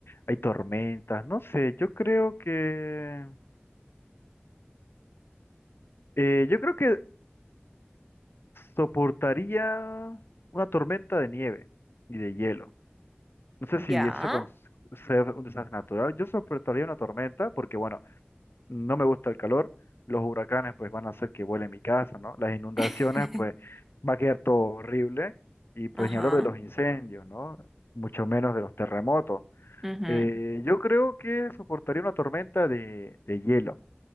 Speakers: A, on the left; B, in the centre.
A: hay tormentas. No sé, yo creo que... eh, yo creo que soportaría una tormenta de nieve y de hielo. No sé
B: Ya.
A: si eso con ser un desastre natural. Yo soportaría una tormenta porque, bueno, no me gusta el calor, los huracanes pues van a hacer que vuele mi casa, ¿no? Las inundaciones
B: <laughs>
A: pues va a quedar todo horrible y pues
B: Ajá.
A: ni hablar de los incendios, ¿no? Mucho menos de los terremotos.
B: ujú.
A: Eh, yo creo que soportaría una tormenta de, de hielo,